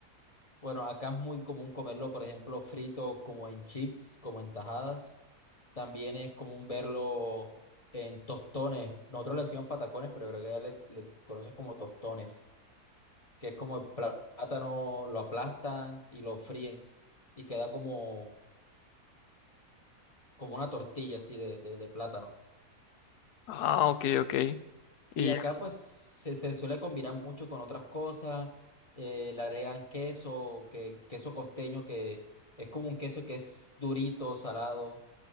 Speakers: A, on the left (about 25°); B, on the left (about 75°).
A: Bueno, acá es muy común comerlo, por ejemplo, frito como en chips, como en tajadas. También es común verlo en tostones. Nosotros le decimos patacones, pero creo que ya le, le conocen como tostones, que es como el plá- plátano, lo aplastan y lo fríen y queda como, como una tortilla así de, de, de plátano.
B: Ah, ok, ok.
A: Y
B: Y
A: acá
B: ya.
A: pues se, se suele combinar mucho con otras cosas. eh, le agregan queso, que, queso costeño, que es como un queso que es durito, salado